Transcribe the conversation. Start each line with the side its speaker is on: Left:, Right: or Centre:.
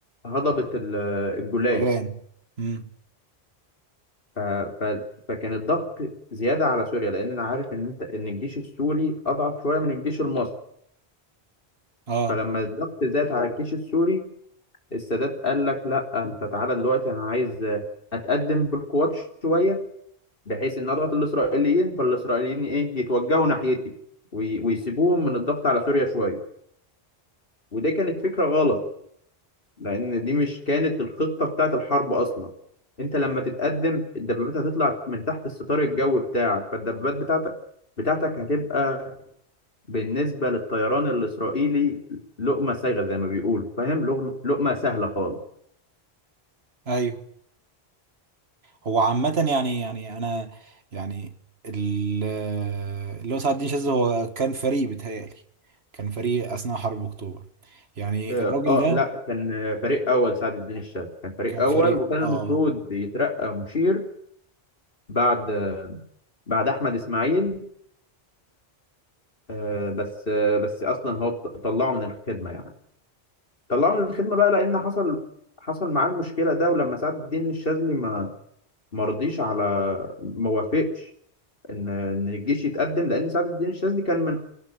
Left: هضبة ال- الجولان
Right: الجولان امم
Left: ف ف فكان الضغط زيادة على سوريا لأن أنا عارف إن أنت إن الجيش السوري أضعف شوية من الجيش المصري
Right: اه
Left: فلما الضغط زاد على الجيش السوري السادات قال لك لا انت تعالى دلوقتي انا عايز اتقدم بالقوات شويه بحيث ان اضغط الاسرائيليين فالاسرائيليين ايه يتوجهوا ناحيتي وي- ويسيبوهم من الضغط على سوريا شويه ودي كانت فكره غلط لان دي مش كانت الخطه بتاعت الحرب اصلا انت لما تتقدم الدبابات هتطلع من تحت الستار الجوي بتاعك فالدبابات بتاعتك بتاعتك هتبقى بالنسبه للطيران الاسرائيلي لقمه سايغه زي ما بيقولوا فاهم لغ- لقمه سهله خالص
Right: ايوه هو عامة يعني يعني انا يعني ال- اللي هو سعد الدين شاذلي هو كان فريق بيتهيألي كان فريق اثناء حرب اكتوبر يعني
Left: اه
Right: الراجل
Left: آه،
Right: ده
Left: لا كان فريق اول سعد الدين الشاذلي كان فريق
Right: كان
Left: اول
Right: فريق
Left: وكان
Right: اه
Left: المفروض يترقى مشير بعد بعد احمد اسماعيل آه، بس آه، بس اصلا هو ط- طلعه من الخدمه يعني طلعه من الخدمه بقى لان حصل حصل معاه المشكله ده ولما سعد الدين الشاذلي ما ما رضيش على ما وافقش ان ان الجيش يتقدم لان سعد الدين الشاذلي كان من